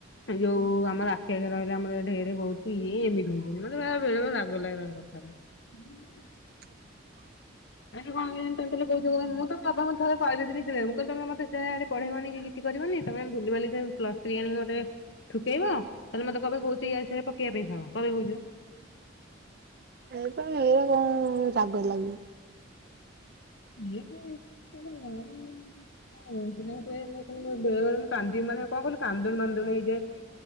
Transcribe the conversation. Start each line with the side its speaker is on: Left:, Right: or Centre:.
Left: ଯୋଉ ଆମର ଆଖି ଆଗେରେ ରହିଲେ ଆମର ଢେରେ ବହୁତ ଇଏ ଏମିତି ହଉଚନ୍ତି ମାନେ ବେଳେବେଳେ ରାଗ ଲାଗେ ତାଙ୍କ କଥାଟା। ହୁଁ।
Right: <unintelligible>
Left: ଏ ଯୋଉ କଣ କହିଲେ ସେମତି ହେଲେ କୋଉ ଯୁଗ <unintelligible> ମୁଁ ତ ମୋ ବାପାଙ୍କୁ ଥରେ କହିଦେଇଥିଲି କ୍ଲିଅର ମୁଁ କହିଲି ତମେ ମତେ ସେ ଆଡେ ପଢେଇବନି କି କିଛି କରିବନି ତମେ ବୁଲି ବାଲି ସେ ପ୍ଲସ ଥ୍ରୀ ଆଣିକି ମୋତେ ଠୁକେଇବ ତାହେଲେ ମତେ କହିବ କହୁଚି ଇଏ ସିଏ ପକେଇଆ ପାଇଁ। ହଁ କରିବେ କହୁଚନ୍ତି।
Right: ଏଇପା ଏଇରା କଣ ରାଗ ଲାଗେ।
Left: ଇଏବେ କଣ <unintelligible> କହୁ ଥିଲେ ମତେ ମୁଁ କଣ କୁହେ ବେଳେ ବେଳେ ମୁଁ କାନ୍ଦିବି ମାନେ କଣ କହିଲୁ କାନ୍ଦୁଣି ମାନ୍ଦୁଣି ହେଇଯାଏ।